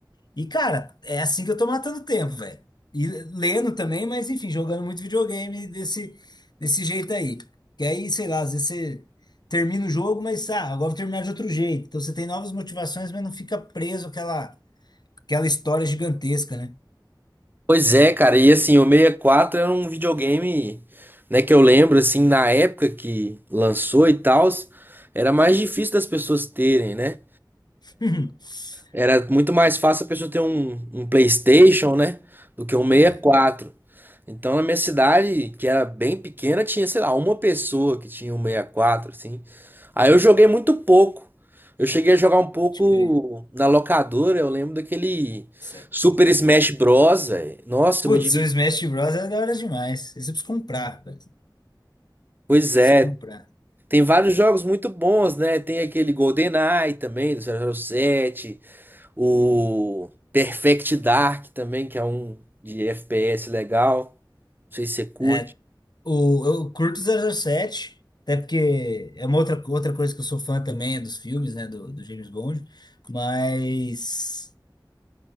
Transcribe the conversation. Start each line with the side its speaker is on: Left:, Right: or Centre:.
Left: E cara, é assim que eu tô matando tempo, velho. E lendo também, mas enfim, jogando muito videogame desse desse jeito aí. Que aí, sei lá, às vezes você termina o jogo, mas ah, agora vou terminar de outro jeito. Então você tem novas motivações, mas não fica preso àquela aquela história gigantesca, né?
Right: Pois é, cara, e assim, o 64 era um videogame, né, que eu lembro, assim, na época que lançou e tal, era mais difícil das pessoas terem, né?
Left: <laughs>
Right: Era muito mais fácil a pessoa ter um, um PlayStation, né, do que um sessenta
Left: É.
Right: e quatro Então, na minha cidade, que era bem pequena, tinha, sei lá, uma pessoa que tinha um 64 assim. Aí eu joguei muito pouco. Eu cheguei a jogar um pouco
Left: Pode crer.
Right: na locadora, eu lembro daquele
Left: Sério,
Right: Super
Left: brincadeira.
Right: Smash Bros, velho. Nossa,
Left: Putz,
Right: eu me diverti.
Left: o Smash Bros. é da hora demais. Esse eu preciso comprar, velho.
Right: Pois
Left: Eu
Right: é,
Left: preciso comprar.
Right: Tem vários jogos muito bons, né? Tem aquele GoldenEye também, do 007, o Perfect Dark também, que é um de FPS legal. Não sei se você curte.
Left: É, o, eu curto 007, até porque é uma outra, outra coisa que eu sou fã também, é dos filmes, né, do, do James Bond. Mas.